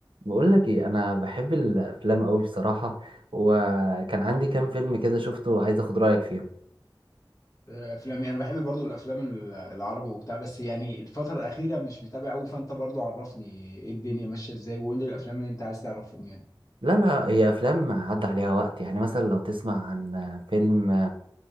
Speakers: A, on the right; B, on the left.
A: بقول لك ايه انا بحب الافلام قوي بصراحه وكان عندي كام فيلم كده شفته وعايز اخد رايك فيهم
B: افلامي انا بحب برضو الافلام ال- العربي وبتاع بس يعني الفتره الاخيره مش متابع قوي فانت برضو عرفني ايه الدنيا ماشيه ازاي وقول لي الافلام اللي انت عايز تعرفهم يعني
A: لا لا هي افلام عدى عليها وقت يعني مثلا لو تسمع عن فيلم